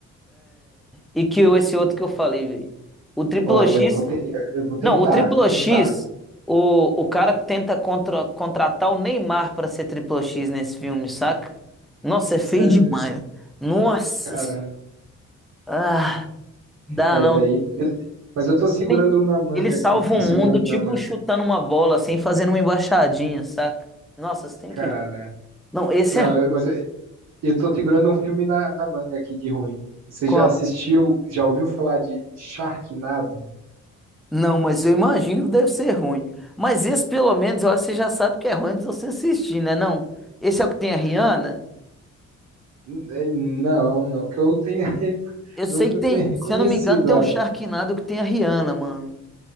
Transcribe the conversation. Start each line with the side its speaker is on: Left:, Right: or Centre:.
Centre: e que o- esse outro que eu falei, velho. O Triple
Right: Olha,
Centre: X
Right: eu vou, te- eu eu vou tentar,
Centre: Não, o Triplo
Right: eu vou tentar.
Centre: X, o, o cara tenta contra- contratar o Neymar pra ser Triplo X nesse filme, saca? Nossa, é feio
Right: Sério
Centre: demais.
Right: mesmo,
Centre: Nossa,
Right: Caramba.
Centre: ah, dá
Right: É,
Centre: não.
Right: daí. Mas eu tô segurando
Centre: Ele,
Right: um na manga
Centre: ele salva
Right: aqui.
Centre: o
Right: Tô
Centre: mundo
Right: segurando
Centre: tipo
Right: um na manga.
Centre: chutando uma bola, assim, fazendo uma embaixadinha, saca? Nossa, você tem
Right: Caralho.
Centre: que. Não, esse
Right: Não,
Centre: é.
Right: eu- mas eu, eu tô segurando um filme na, na manga aqui de ruim. Você
Centre: Qual?
Right: já assistiu, já ouviu falar de Sharknado?
Centre: Não, mas eu imagino que deve ser ruim. Mas esse, pelo menos, eu acho que você já sabe que é ruim antes de você assistir, né? Não? Esse é o que tem a Rihanna?
Right: N- eh, Não, não que eu tenha, re- <laughs>
Centre: Eu sei
Right: não que
Centre: que
Right: eu
Centre: tem,
Right: tenha
Centre: se
Right: reconhecido
Centre: eu não me engano, tem
Right: ela.
Centre: um Sharknado que tem a Rihanna, mano.